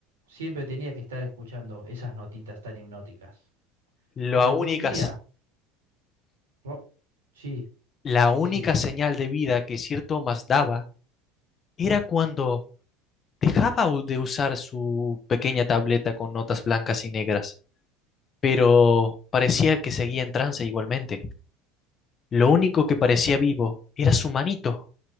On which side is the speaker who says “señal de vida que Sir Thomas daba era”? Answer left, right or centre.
Left